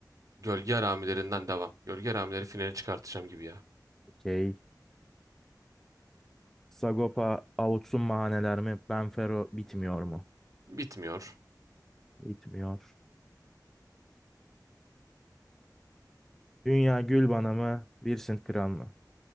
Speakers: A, on the right; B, in the centre.
A: Gölge aramilerinden devam. Gölge aramileri finali çıkartacağım gibi ya.
B: Okey. Sagopa avutsun mahaneler mi? Benfero bitmiyor mu?
A: Bitmiyor.
B: Bitmiyor. Dünya gül bana mı? Vincent Kral mı?